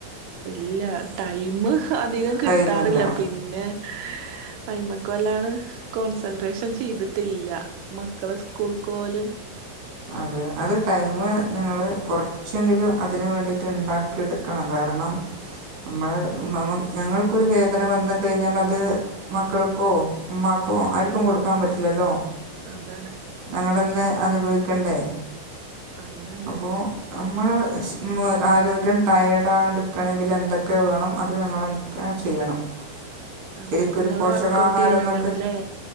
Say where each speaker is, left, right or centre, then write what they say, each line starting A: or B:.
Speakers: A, on the right; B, on the right.
A: ഇല്ല ടൈമ് അധികം കിട്ടാറില്ല
B: ടൈമില്ല
A: പിന്നെ അയ്മക്ക് വല്ലാണ് കോൺസെൻട്രേഷൻ ചെയ്തിട്ടില്ല മക്കളെ സ്കൂൾക്ക് പോലും
B: അതെ അത് ടൈം നിങ്ങള് കുറച്ചെങ്കിലും അതിന് വേണ്ടിട്ട് ഉണ്ടാക്കിട് ക്കണം കാരണം നമ്മള് ഞങ്ങൾക്കൊരു വേദന വന്ന് കഴിഞ്ഞാൽ അത് മക്കൾക്കോ ഉമ്മാക്കോ ആര്ക്കും കൊടുക്കാൻ പറ്റില്ലല്ലോ
A: അതാണ്
B: ഞങ്ങൾ ഇന്ന് അനുഭവിക്കണ്ടേ
A: അങ്ങനെണ്ട്
B: അപ്പോ നമ്മൾ. ആരോഗ്യം, ടയേഡ് ആകാ ണ്ടിരിക്കണമെങ്കില് എന്തൊക്കെ വേണം അത് ഞങ്ങളെക്കെ ചെയ്യണം.
A: അതെ
B: ശരിക്കൊരു
A: ഇങ്ങള്
B: പോഷകാഹാരം
A: വർക്കഔട്ട് ചെയ്യലുണ്ടാവൂല്ലേ
B: എന്നൊക്കെ